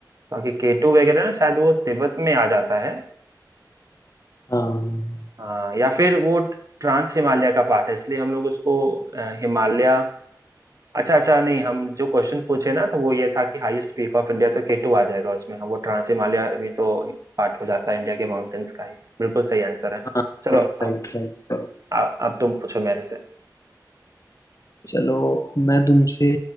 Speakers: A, on the right (about 50°); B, on the left (about 50°).
A: क्योंकि केटू वगैरह ना शायद वो तिब्बत में आ जाता है
B: हाँ
A: हाँ या फिर वो ट्रांस हिमालय का पार्ट है इसलिए हम लोग उसको अ, हिमालय अच्छा अच्छा नहीं हम जो क्वेश्चन पूछे ना तो वो ये था कि हाईएस्ट पीक ऑफ इंडिया तो केटू आ जाएगा उसमें हाँ वो ट्रांस हिमालय भी तो पार्ट हो जाता है इंडिया के माउंटेन्स का ही बिल्कुल सही आंसर है
B: हाँ
A: चलो
B: Right right
A: अब
B: right
A: आ- अब तुम पूछो मेरे से
B: चलो मैं तुमसे